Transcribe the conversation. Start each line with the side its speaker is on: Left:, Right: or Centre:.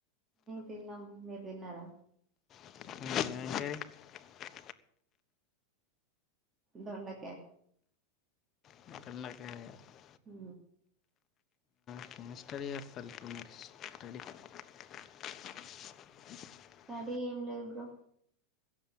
Right: తిన్నాం మీరు తిన్నార
Left: <unintelligible>
Right: దొండకాయి
Left: <unintelligible>
Right: హు
Left: <unintelligible>
Right: అది ఏం లేదు బ్రో